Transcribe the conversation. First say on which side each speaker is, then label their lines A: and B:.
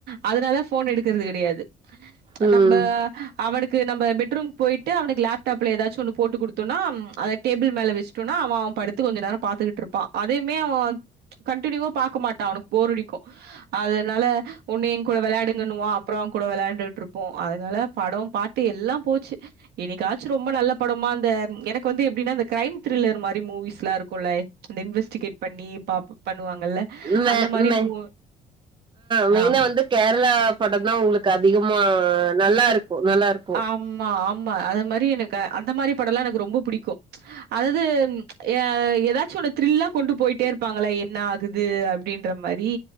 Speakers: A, on the right (about 70°); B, on the right (about 30°).
A: அதனால ஃபோன் எடுக்குறது கடையாது
B: ம்
A: நம்ப அவனுக்கு நம்ம பெட்ரூம் போயிட்டு அவனுக்கு லேப்டாப்ல ஏதாச்சு ஒன்னு போட்டு குடுத்தோனா அத டேபிள் மேல வெச் ட்டோனா அவ அவ படித்து கொஞ்ச நேர பாத்துகுட்ருப்பா தயுமே அவ கன்டினியூவா பாக்க மாட்டா அவனுக் போர் அடிக்கு அதனால ஒன்னு ஏ கூட வெள்ளாடுங்கன்ணுவா அப்புற அவ கூட வெளாயாண்டுகுட்ருப்போ அதனால படோ பாட்டு எல்லா போச்சு எனிக்காச்சு ரொம்ப நல்ல படமா இந்த எனக்கு வந்து எப்டினா அந்த கிரைம் த்ரில்லர் மாரி மூவிஸ்ல்லா இருக்குல்ல அந்த இன்வெஸ்டிகேட் பண்ணி பா பண்ணுவாங்கல்ல
B: மே
A: அந்த மாரி
B: ம்மே
A: மூ
B: மெயினா
A: ஆ
B: வந்து கேர்ளா படந்தா உங்ளுக்கு அதிகமா நல்லாருக்கு நல்லாருக்கு
A: ஆம்மா ஆம்மா அத மாரி எனக்கு அந்த மாரி படல்லா எனக்கு ரொம்ப புடிக்கு அதது எ எதாச்சு ஒன்னு த்ரில்லா கொண்டு போயிட்டே இருப்பாங்கள என்னா இகுது அப்டின்றமரி